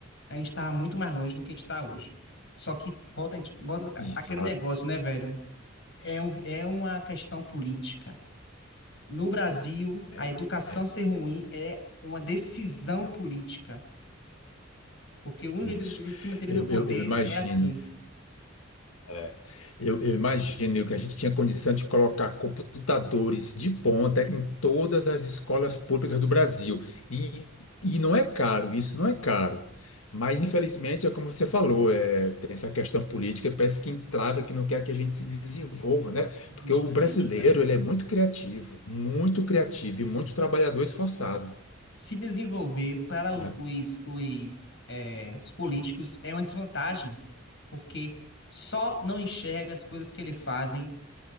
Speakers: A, on the left; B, on the left.
A: a gente estava muito mais longe do que a gente está hoje. Só que volta, a gente, volta
B: Isso,
A: aquele negócio, né, velho? É, um, é uma questão política. No Brasil,
B: É,
A: a educação
B: é,
A: ser ruim é uma decisão política. Porque o único
B: isso.
A: jeito dele se manter
B: Eu,
A: no poder
B: eu, eu imagino.
A: é assim.
B: é. eu, eu imagino que a gente tinha condição de colocar computadores de ponta em todas as escolas públicas do Brasil. E, e não é caro, isso não é caro. Mas, infelizmente, é como você falou, é, tem essa questão política, parece que entrava, que não quer que a gente se desenvolva, né?
A: Justamente,
B: Porque o brasileiro,
A: velho.
B: ele é muito criativo, muito criativo e muito trabalhador esforçado,
A: se desenvolver para os,
B: né?
A: os, é, os políticos é uma desvantagem, porque só não enxerga as coisas que eles fazem.